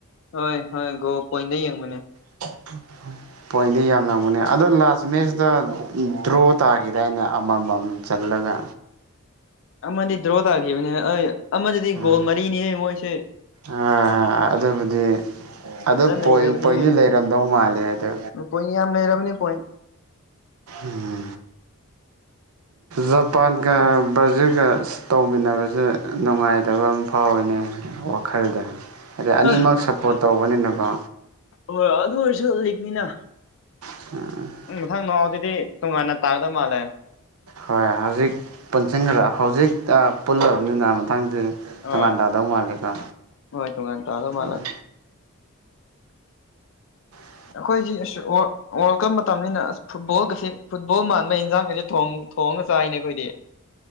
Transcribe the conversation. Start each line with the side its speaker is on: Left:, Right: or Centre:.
Left: ꯍꯣꯏ ꯍꯣꯏ ꯒꯣꯜ ꯄꯣꯏꯟꯗ ꯌꯦꯡꯕꯅꯦ
Right: <unintelligible> ꯄꯣꯏꯟꯗꯤ ꯌꯥꯝꯂꯝꯒꯅꯤ ꯑꯗꯣ ꯂꯥꯁ ꯃꯦꯠꯁꯇ ꯗ꯭ꯔꯣ ꯇꯥꯈꯤꯗꯥꯏꯅꯦ ꯑꯃꯃꯝ ꯆꯜꯂꯒ
Left: ꯑꯃꯗꯤ ꯗ꯭ꯔꯣ ꯇꯥꯈꯤꯕꯅꯤꯅ ꯑꯩ ꯑꯃꯗꯗꯤ
Right: ꯎꯝ
Left: ꯒꯣꯜ ꯃꯔꯤꯅꯤꯍꯦ ꯃꯣꯏꯁꯦ
Right: ꯍꯣꯏ ꯍꯣꯏ ꯑꯥ ꯑꯗꯨꯕꯨꯗꯤ ꯑꯗꯨ
Left: ꯐꯖꯅ
Right: ꯄꯣꯏꯟ
Left: ꯅꯩꯔꯕꯅꯤꯍꯦ
Right: ꯄꯣꯏꯟꯗꯤ ꯂꯩꯔꯝꯗꯧ ꯃꯥꯜꯂꯦ ꯑꯗꯨ
Left: ꯄꯣꯏꯟ ꯌꯥꯝ ꯂꯩꯔꯕꯅꯤ ꯄꯣꯏꯟ
Right: ꯎꯝ ꯖꯄꯥꯟꯒ ꯕ꯭ꯔꯥꯖꯤꯜꯒ ꯇꯧꯃꯤꯟꯅꯕꯁꯦ ꯅꯨꯡꯉꯥꯏꯇꯕ ꯑꯝ ꯐꯥꯎꯋꯤꯅꯦ ꯋꯥꯈꯜꯗ ꯑꯗꯩ ꯑꯅꯤꯃꯛ
Left: ꯍꯣꯏ
Right: ꯁꯄꯣꯔꯠ ꯇꯧꯕꯅꯤꯅꯀꯣ
Left: ꯍꯣꯏ ꯑꯗꯨ ꯑꯣꯏꯔꯁꯨ ꯂꯤꯛꯅꯤꯅ
Right: <unintelligible>
Left: ꯎꯝ ꯃꯊꯪ ꯅꯣꯛꯑꯥꯎꯠꯁꯤꯗꯤ ꯇꯣꯉꯥꯟꯅ ꯇꯥꯒꯗꯕ ꯃꯥꯜꯂꯦ
Right: ꯍꯣꯏ ꯍꯧꯖꯤꯛ ꯄꯨꯟꯁꯤꯟꯈ꯭ꯔ ꯑꯥ ꯍꯧꯖꯤꯛ ꯑꯥ ꯄꯨꯜꯂꯕꯅꯤꯅ ꯃꯊꯪꯗꯤ
Left: ꯍꯣꯏ
Right: ꯇꯣꯉꯥꯟ ꯇꯥꯗꯧ ꯃꯥꯜꯂꯦꯀꯣ
Left: ꯍꯣꯏ ꯇꯣꯉꯥꯟꯅ ꯇꯥꯗꯧ ꯃꯥꯜꯂꯦ
Right: ꯎꯝ <unintelligible>
Left: ꯑꯩꯈꯣꯏꯁꯤ ꯑꯁ ꯋꯥ ꯋꯥꯔꯜ ꯀꯞ ꯃꯇꯝꯅꯤꯅ ꯑꯁ ꯐꯨꯠꯕꯣꯜꯒꯁꯤ ꯐꯨꯠꯕꯣꯜ ꯃꯥꯟꯕ ꯍꯤꯟꯖꯥꯡꯒꯁꯦ ꯊꯣꯡ ꯊꯣꯡꯉꯒ ꯆꯥꯏꯅꯦ ꯑꯩꯈꯣꯏꯗꯤ